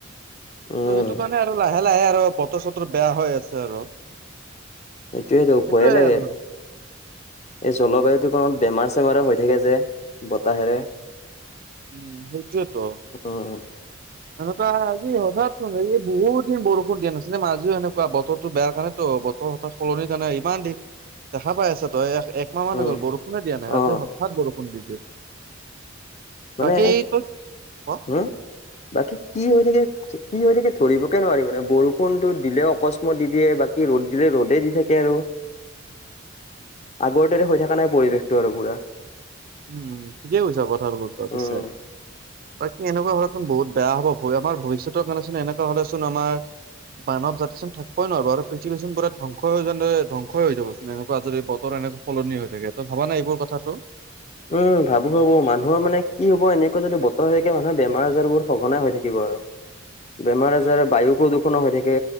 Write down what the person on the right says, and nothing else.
ত' সেইটো কাৰণে আৰু লাহে লাহে আৰু বতৰ- চতৰ বেয়া হৈ আছে আৰু
সেইটোয়ে
আৰু
উম, সেইটোৱেটো
এনেকোৱা আজি সদায়চোন ৰদ বহুত দিন বৰষুণ দিয়া নাছিলে, মাজে এনেকোৱা বতৰটো বেয়া কাৰণেতো বতৰ বতৰ সলনিৰ কাৰণে ইমান দিন দেখা পাই আছ তই এক মাহ মান
হৈ গ'ল বৰষুণে দিয়া নাই
আজি হঠাৎ বৰষুণ দি দিলে।
বাকি তই ক
উম ঠিকে কৈছা কথাটো তই পিছে
তাকে এনেকোৱা হলেচোন বহুত বেয়া হ'ব আমাৰ ভৱিষ্যতৰ কাৰণে এনেকা চোন হ'লেচোন আমাৰ মানৱ জাতি চোন থাকই নোৱাৰ আৰু পৃথিৱী চন পুৰা ধ্বংস হৈ য ধ্বংস হৈ যাবচোন এনেকোৱা যদি বতৰ তেনেক সলনি হৈ থাকে ত' ভবা নাই এইবোৰ কথাটো